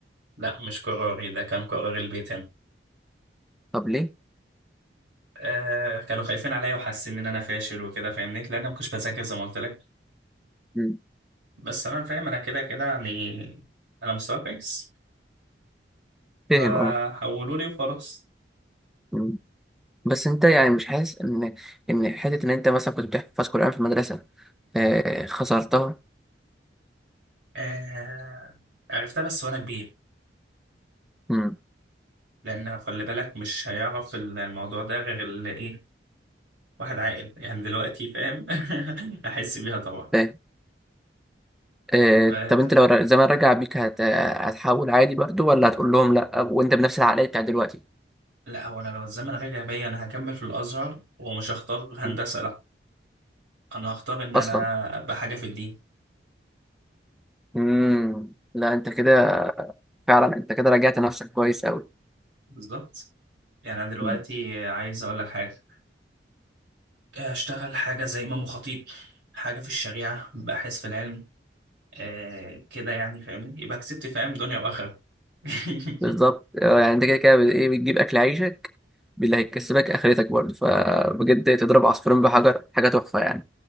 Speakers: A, on the right; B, in the centre.
A: لا مش قراري ده كان قرار البيت هنا
B: طب ليه؟
A: آه كانوا خايفين عليا وحاسين ان انا فاشل وكده فاهمني لان انا ما كنتش بذاكر زي ما قلت لك
B: مم.
A: بس انا فاهم انا كده كده يعني انا مستوى كويس
B: فاهم
A: فحولوا
B: أه
A: لي وخلاص
B: مم. بس أنت يعني مش حاسس إن إن حتة إن أنت مثلا كنت بتحفظ قرآن في المدرسة آه، خسرتها؟
A: آه عرفتها بس وانا كبير
B: مم.
A: لان خلي بالك مش هيعرف الموضوع ده غير اللي ايه واحد عاقل يعني دلوقتي فاهم <laughs> احس بيها طبعا
B: فاهم آه،
A: آه
B: طب أنت لو ر- زمان رجع بيك هت... هتحول عادي برضو ولا هتقول لهم لأ وأنت بنفس العقلية بتاعت دلوقتي؟
A: لا هو انا لو الزمن رجع بيا انا هكمل في الازهر ومش هختار هندسه
B: مم.
A: لا انا هختار ان انا
B: أصلا
A: ابقى حاجه في الدين
B: مم. لا أنت كده فعلا أنت كده رجعت نفسك كويس
A: بالظبط يعني انا دلوقتي
B: أوي
A: عايز اقول لك حاجه اشتغل حاجه زي امام خطيب حاجه في الشريعه باحث في العلم آه كده يعني فاهمني يبقى كسبت فاهم دنيا واخره <laughs>
B: بالظبط آه، يعني انت كده كده بت- ايه بتجيب اكل عيشك باللي هيكسبك اخرتك برضه فبجد تضرب عصفورين بحجر حاجه تحفه يعني